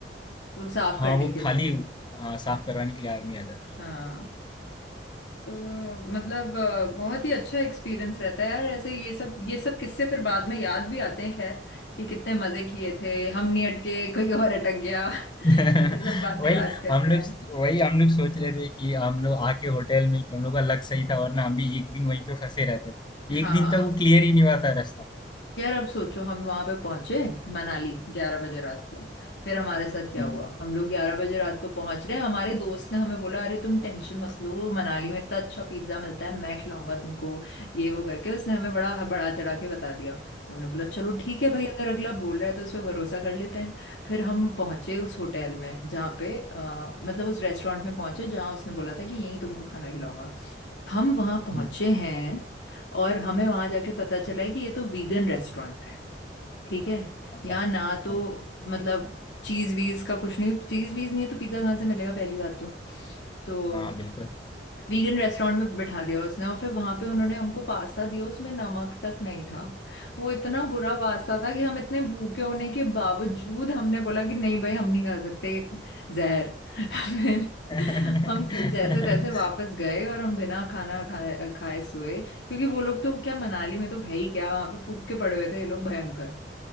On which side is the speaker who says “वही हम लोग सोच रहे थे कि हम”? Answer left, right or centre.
Left